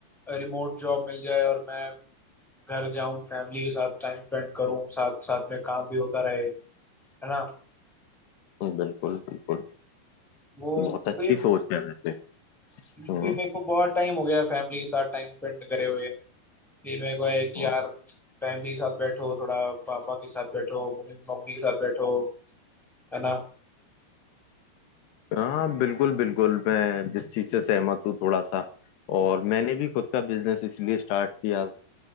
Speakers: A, in the centre; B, on the left.
A: रिमोट जॉब मिल जाए और मैं घर जाऊं फैमिली के साथ टाइम स्पेंड करूं साथ साथ में काम भी होता रहे है ना
B: हम्म, बिल्कुल बिल्कुल
A: वो
B: बहुत
A: अभी
B: अच्छी सोच है वैसे
A: भी
B: हम्म
A: मेरे को बहुत टाइम हो गया फैमिली के साथ टाइम स्पेंड करे हुए ये मेरे को है कि
B: हाँ
A: यार फैमिली के साथ बैठो थोड़ा पापा के साथ बैठो मम्मी मम्मी के साथ बैठो है ना
B: हाँ, बिल्कुल बिल्कुल मैं जिस चीज से सहमत हूँ थोड़ा सा और मैंने भी खुद का बिजनेस इसलिए स्टार्ट किया